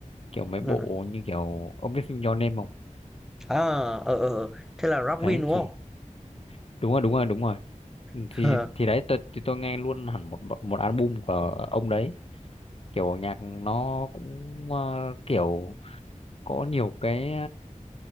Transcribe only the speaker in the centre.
Ừ.
À, ờ ờ, ờ. thế là Rapwin
đúng
không?
<laughs>